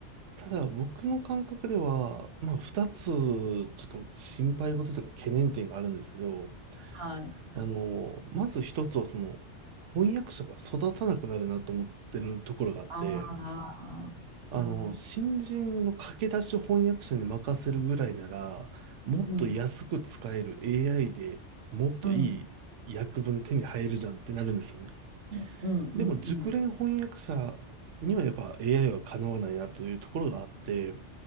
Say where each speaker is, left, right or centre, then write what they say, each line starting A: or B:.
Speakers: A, on the right (about 80°); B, on the right (about 55°).
A: ただ僕の感覚では、まあ二つちょっと心配事というか懸念点があるんですけど、
B: はい。
A: あの、まず一つはその翻訳者が育たなくなるなと思ってるところがあって、
B: ああ、
A: あの、
B: うん、うん、
A: 新人の駆け出し翻訳者に任せるぐらいなら、もっと安く使える
B: うん、
A: AI でもっといい訳文手に入るじゃんってなるんですよね。
B: うんうん、うん、
A: でも熟練翻訳者にはやっぱ
B: うん。
A: AI はかなわないなというところがあって、っ